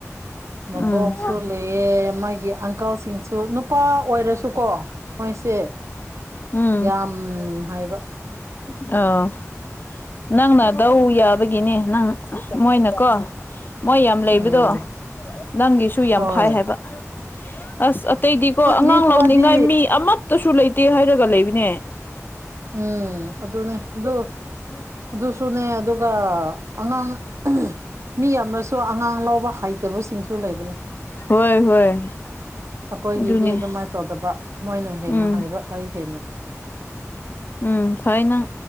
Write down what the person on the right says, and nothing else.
ꯃꯕꯣꯛꯁꯨ
ꯂꯩꯑꯦ ꯃꯥꯒꯤ ꯑꯪꯀꯜꯁꯤꯡꯁꯨ ꯅꯨꯄꯥ ꯑꯣꯏꯔꯁꯨꯀꯣ ꯃꯣꯏꯁꯦ
ꯌꯥꯝ ꯍꯥꯏꯕ
ꯎꯝ
ꯍꯣꯏ
ꯃꯤ ꯈꯔꯗꯤ
ꯎꯝ ꯑꯗꯨꯅꯦ ꯑꯗꯨ
ꯑꯗꯨꯁꯨꯅꯦ ꯑꯗꯨꯒ ꯑꯉꯥꯡ ꯃꯤ ꯌꯥꯝꯅꯁꯨ ꯁ ꯑꯉꯥꯡ ꯂꯕ ꯍꯩꯇꯕꯁꯤꯡꯁꯨ ꯂꯩꯕꯅꯦ
ꯑꯩꯈꯣꯏꯒꯤꯗꯤ
ꯑꯗꯨꯃꯥꯏꯅ ꯇꯧꯗꯕ ꯃꯣꯏꯅ ꯍꯦꯟꯅ
ꯍꯥꯏꯕ ꯑꯩ ꯍꯦꯟꯅ